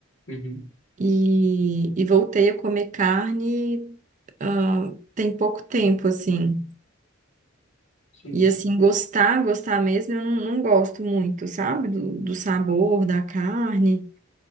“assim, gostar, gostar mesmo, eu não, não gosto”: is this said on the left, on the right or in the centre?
Right